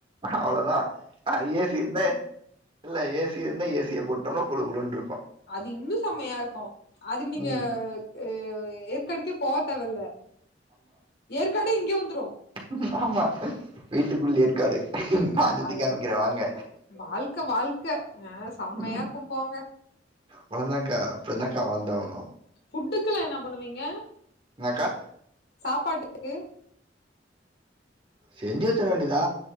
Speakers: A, on the right; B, on the left.
A: அவ்ளோதா ஏ சி யுந்தா இல்ல ஏ சி இருந்தா ஏ சிய போட்டோம்னா குழு குழுன்ட்ருக்கு
B: அது இன்னு செம்மையா இருக்கு அதுக்கு நீங்க
A: ம்
B: ஏ ஏற்காடுக்கே போ தேவல்ல ஏற்காடே இங்க வந்ரு
A: ம் ஆமா வீட்டுக்குள் ஏற்காடு நா
B: வாழ்
A: சுத்தி காமிக்ற வாங்க
B: வாழ்க்க வாழ்க்க ஆ செம்மையா
A: ம்
B: இருக்கு போங்க
A: அவ்ளதாக்கா அப்டிதாக்கா வாழ்தாவனு
B: ஃபுட்டுக்குல்லா என்ன பண்ணுவீங்க
A: என்னக்கா
B: சாப்பாட்டுக்கு
A: செஞ்சு வச்சிட வேண்டிதா